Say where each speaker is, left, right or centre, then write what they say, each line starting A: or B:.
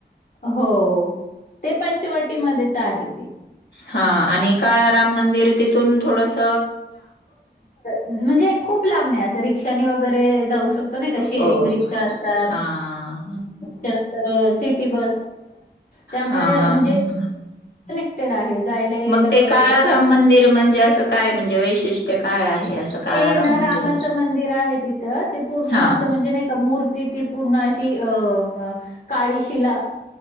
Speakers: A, on the left; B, on the left.
A: हो ते पंचवटीमध्येच आहे.
B: हा आणि काळाराम मंदिर तिथून थोडस
A: म्हणजे खूप लांब नाही अस रिक्षानी वगैरे, शेंग
B: हो.
A: रात
B: हां,
A: त्या सटी ब त्यामुळे
B: हां,
A: म्हणजे
B: हां.
A: कनेक्टेड आहे. जायला यायला
B: मग ते
A: काही
B: काळधाम
A: असं
B: मंदिर म्हणजे असं काय म्हणजे वैशिष्ट्य काय आहे. असं काळाराम
A: ते ना
B: मंदिराच
A: रामाचं मंदिर आहे तिथं ते पूर्ण
B: हा
A: असं म्हणजे नाही का मूर्ती ति पूर्ण अशी अ काळीशिला